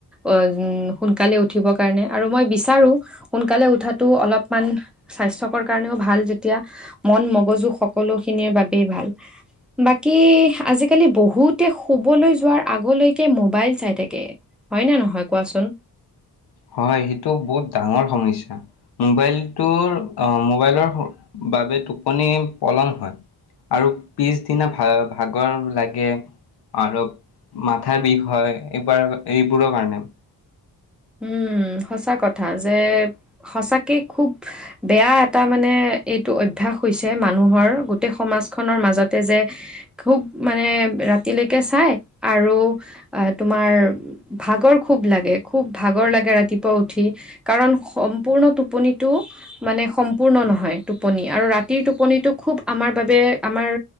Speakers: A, in the centre; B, on the left.
A: অন সোনকালে উঠিবৰ কাৰণে আৰু মই বিচাৰো সোনকালে উঠাটো অলপমান স্বাস্থ্যকৰ কাৰণেও ভাল যেতিয়া, মন মগজু সকলোখিনিৰ বাবেই ভাল। কি আজিকালি বহুতে শুবলৈ যোৱাৰ আগলৈকে মোবাইল চাই থাকে। হয়নে নহয় কোৱাচোন
B: হয় সেইটো বহুত ডাঙৰ সমস্যা মোবাইলটোৰ আহ মোবাইলৰ বাবে টোপনি পলম হয় আৰু পিছদিনা ভা ভাগৰ লাগে আৰু মাথা বিষ হয় এইবাৰ এইবোৰৰ কাৰণে
A: উম সঁচা কথা যে সঁচাকে খুব বেয়া এটা মানে এইটো অভ্যাস হৈছে মানুহৰ গোটেই সমাজখনৰ মাজতে যে খুব মানে ৰাতিলৈকে চাই আৰু আহ তোমাৰ ভাগৰ খুব লাগে খুব ভাগৰ লাগে ৰাতিপুৱা উঠি কাৰণ সম্পূৰ্ণ টোপনিটো মানে সম্পূৰ্ণ নহয় টোপনি আৰু ৰাতিৰ টোপনিটো খুব আমাৰ বাবে আমাৰ